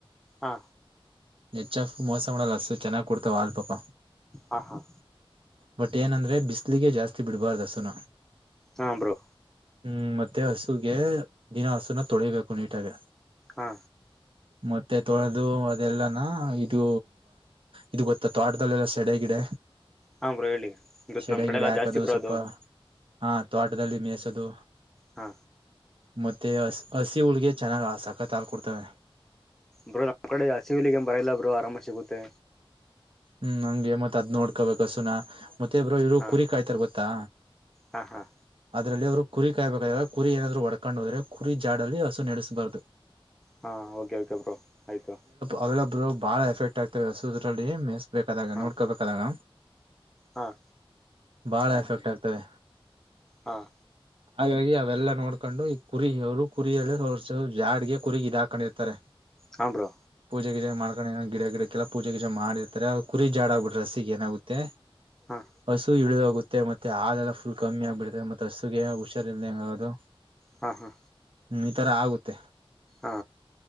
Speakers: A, in the centre; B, on the right.
A: ಹಾ
B: ಎಚ್ ಎಫ್ ಮೋಸ ಮಾಡಲ್ಲಾ ಹಸ್ಸು ಚೆನ್ನಾಗ ಕೊಡ್ತಾವ ಹಾಲ್ ಪಾಪಾ.
A: ಹಾಂ ಹಾಂ
B: ಬಟ್ ಏನಂದ್ರೆ ಬಿಸಲಿಗೆ ಜಾಸ್ತಿ ಬಿಡ್ಬಾರ್ದ ಹಸುನ
A: ಹಾಂ ಬ್ರೋ
B: ಹ್ಮ್ ಮತ್ತೆ ಹಸುಗೆ ದಿನ ಹಸುನ ತೊಳಿಬೇಕು ನೀಟಾಗೆ.
A: ಹಾ
B: ಮತ್ತೆ ತೊಳೆದು ಅದೆಲ್ಲಾನ ಇದು ಇದು ಗೊತ್ತ ತೋಟದಲ್ಲೆಲ್ಲಾ ಸೆಡೆಗಿಡ
A: ಹಾಂ ಬ್ರೋ ಹೇಳಿ ಇವತ್ತು
B: ಶಡೇ
A: ನಮ್ಮ ಕಡೆ
B: ಗಿಡೇ
A: ಎಲ್ಲ
B: ಹಾಕದು
A: ಜಾಸ್ತಿ ಬ್ರೋ
B: ಸ್ವಲ್ಪ
A: ಅದು
B: ಹಾ ತೋಟದಲ್ಲಿ ಮೇಸದು.
A: ಹಾ
B: ಮತ್ತೆ ಹಸ್ ಹಸಿ ಹುಲ್ಲಿಗೆ ಚೆನ್ನಾಗ್ ಆ ಸಕತ್ ಹಾಲ್ ಕೊಡ್ತವೆ.
A: ಬ್ರೋ ನಮ್ಮ್ ಕಡೆ ಹಸಿ ಹುಲ್ಲಗೆ ಏನ್ ಬರ ಇಲ್ಲ ಬ್ರೋ ಆರಾಮಾಗಿ ಸಿಗುತ್ತೆ.
B: ಹ್ಮ್ ಹಂಗೆ ಮತ್ ಅದ್ ನೋಡ್ಕೋಬೇಕ ಹಸೂನಾ. ಮತ್ತೆ ಬ್ರೋ ಇವ್ರು
A: ಹಾಂ
B: ಕುರಿ ಕಾಯ್ತಾರ ಗೊತ್ತಾ?
A: ಹಾಂ ಹಾಂ
B: ಅದ್ರಲ್ಲಿ ಅವ್ರು ಕುರಿ ಕಾಯಬೇಕಾದ್ರೆ ಕುರಿ ಏನಾದ್ರು ಒಡ್ಕೊಂಡು ಹೋದ್ರೆ ಕುರಿ ಜಾಡಲ್ಲಿ ಹಸು ನಡೆಸಸ್ಬಾರ್ದು.
A: ಹಾ ಓಕೆ ಓಕೆ ಬ್ರೋ ಆಯ್ತು.
B: ಅವೆಲ್ಲ ಬ್ರೋ ಬಾಳ ಎಫೆಕ್ಟ್ ಆಗ್ತವೆ ಹಸೂದ್ರಲ್ಲಿ ಮೆ ಬೇಕಾದಾಗ
A: ಹಾಂ
B: ನೋಡ್ಕೋಬೇಕಾದಾಗ.
A: ಹಾಂ
B: ಬಾಳ ಎಫೆಕ್ಟ್ ಆಗ್ತವೆ
A: ಹಾಂ
B: ಹಾಗಾಗಿ ಅವೆಲ್ಲ ನೋಡ್ಕೊಂಡು ಈ ಕುರಿ ಅವರು ಕುರಿಯಲ್ಲಿ ಅವ್ರು ಜಾಡ್ಗೆ ಕುರಿಗ ಇದು ಹಾಕೊಂಡಿರ್ತಾರೆ.
A: ಹಾ ಬ್ರೋ.
B: ಪೂಜ ಗೀಜ ಮಾಡ್ಕೊಂಡ ಏನೋ ಗಿಡ ಗಿಡಕ್ಕೆಲ್ಲ ಪೂಜೆ ಗೀಜ ಮಾಡಿರ್ತಾರೆ ಕುರಿ ಜಾಡಗ್ಬಿಟ್ರೆ ಹಸಿಗ್ ಏನಾಗುತ್ತೆ
A: ಹಾಂ
B: ಹಸು ಇಲದವ ಗೊತ್ತೆ ಮತ್ತೆ ಹಾಲೆಲ್ಲ ಫುಲ್ ಕಮ್ಮಿ ಆಗ್ಬಿಡತೆ ಮತ್ತೆ ಹಸುಗೆ ಹುಷಾರಿಲ್ದಂಗ ಆಗೋದು.
A: ಹಾ ಹಾ
B: ಹ್ಮ್ ಈ ತರ ಆಗುತ್ತೆ.
A: ಆ